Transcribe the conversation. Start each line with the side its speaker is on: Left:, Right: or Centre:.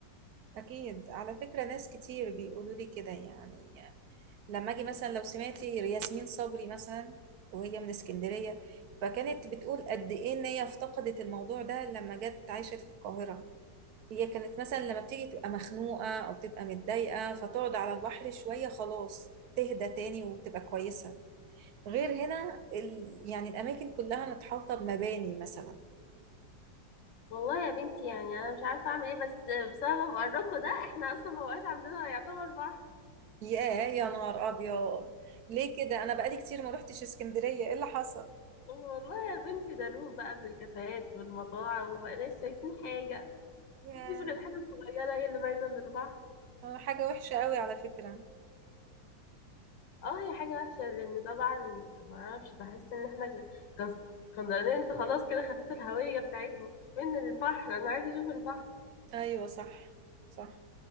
Right: اكيد على فكره ناس كتير بيقولوا لي كده يعني لما اجي مثلا لو سمعتي ياسمين صبري مثلا وهي من اسكندرية فكانت بتقول قد ايه ان هي افتقدت الموضوع ده لما جت عاشت في القاهرة هي كانت مثلا لما بتيجي تبقى مخنوقة او تبقى متضايقة فتقعد على البحر شوية خلاص تهدى تاني وتبقى كويسة غير هنا ال... يعني الاماكن كلها متحوطة بمباني مثلا
Left: والله يا بنتي يعني أنا مش عارفة أعمل إيه بس بسبب قركو ده إحنا أصلا مبقاش عندنا يعتبر بحر
Right: ياه يا نهار ابيض ليه كده انا بقالي كتير ما روحتش اسكندرية ايه اللي حصل
Left: والله يا بنتي ده روح بقى بالكافيهات والمطاعم ومبقناش شايفين حاجة
Right: ياه
Left: مفيش غير حتت صغيرة هي اللي باينة من البحر
Right: حاجة وحشة قوي على فكرة
Left: اه هي حاجة وحشة لأن طبعا معرفش بحس إن احنا كس- كونتيننت خلاص كده خفت الهوية بتاعتنا من البحر أنا عايزة أشوف البحر
Right: ايوه صح صح